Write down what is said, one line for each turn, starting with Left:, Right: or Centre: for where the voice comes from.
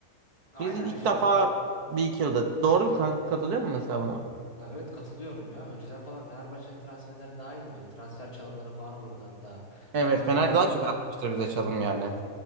Left: Aynen
Right: Biz ilk
Left: işte.
Right: defa bir iki yılda. Doğru mu kanka? Katılıyor mu mesela buna?
Left: Ya Evet katılıyorum ya. Önceden falan Fenerbahçe'nin transferleri daha iyiydi böyle. Transfer çalımları falan olurdu hatta.
Right: Evet
Left: Tam böyle
Right: Fener daha çok atmıştır bize çalım yani.